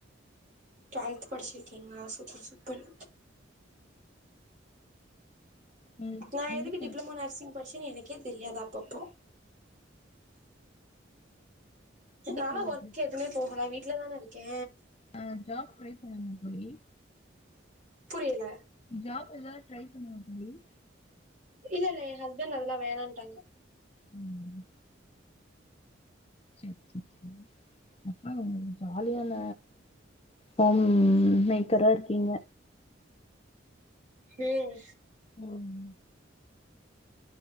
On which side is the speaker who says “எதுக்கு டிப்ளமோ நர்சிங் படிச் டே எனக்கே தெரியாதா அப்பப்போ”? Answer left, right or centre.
Right